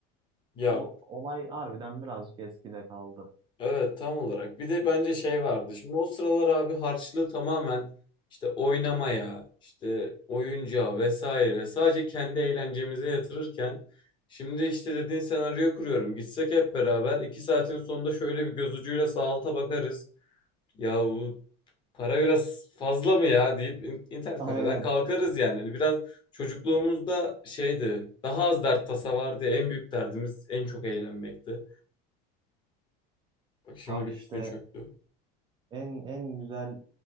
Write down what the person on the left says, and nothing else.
ya
evet tam olarak bir de bence şey vardı şimdi o sıralar abi harçlığı tamamen işte oynamaya işte oyuncağa vesaire sadece kendi eğlencemize yatırırken şimdi işte dediğin senaryoyu kuruyorum gitsek hep beraber iki saatin sonunda şöyle bir göz ucuyla sağ alta bakarız. Ya bu Para biraz fazla mı ya deyip in- internet
kafeden kalkarız yani. Hani biraz çocukluğumuzda şeydi. Daha az dert tasa vardı ya. En büyük derdimiz en çok eğlenmekti. Bak şimdi
bir
üstün çöktü.